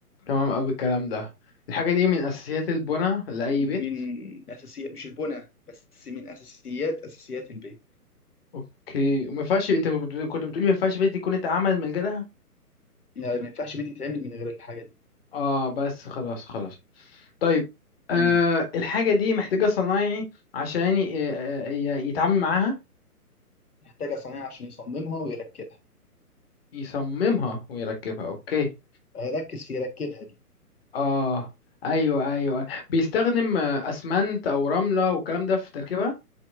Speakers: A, on the left; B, on the left.
A: تمام أوي الكلام ده الحاجة دي من أساسيات البناء لأي
B: من
A: بيت
B: اساسيات مش البنى بس من اساسيات اساسيات البيت
A: أوكي وما ينفعش أنت كنت كنت بتقولي ما ينفعش بيت يكون اتعمل من غيرها
B: لا ما ينفعش بيت يتعمل من غير الحاجه دي
A: آه بس خلاص خلاص طيب آه
B: مم.
A: الحاجة دي محتاجة صنايعي عشان ي- آه، ي- يتعامل معاها
B: محتاجه صنايعي عشان يصممها ويركبها
A: يصممها ويركبها أوكي
B: آه، ركز في يركبها دي
A: آه أيوه أيوه بيستخدم آه، أسمنت أو رملة والكلام ده في تركيبها